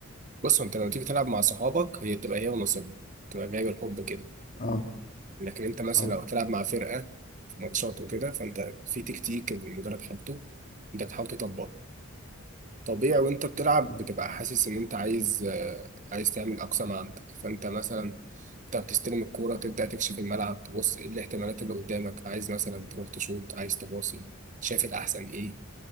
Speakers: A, on the right (about 35°); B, on the left (about 40°).
A: بص أنت لو تيجي تلعب مع صحابك هي بتبقى هي ونصيبها بتبقى جاي بالحب كده
B: اه
A: لكن أنت مثلا
B: اه
A: لو هتلعب مع فرقة في ماتشات وكده فأنت في تكتيك المدرب حاطه أنت بتحاول تطبقه طبيعي وأنت بتلعب
B: مم.
A: بتبقى حاسس إن أنت عايز آه، عايز تعمل أقصى ما عندك فأنت مثلا أنت بتستلم الكورة تبدأ تكشف الملعب تبص إيه الاحتمالات اللي قدامك عايز مثلا تروح تشوط عايز تباصي شايف الأحسن إيه